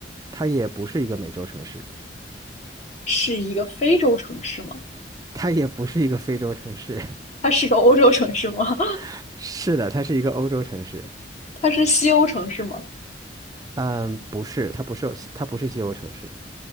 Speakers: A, on the right; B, on the left.
A: 它也不是一个美洲城市。
B: 是一个非洲城市吗？
A: 它也不是一个非洲城市，
B: 它是个欧洲城市吗？
A: <laughs> 是的，它是一个欧洲城市。
B: <laughs> 它是西欧城市吗？
A: 嗯，不是，它不是它不是西欧城市。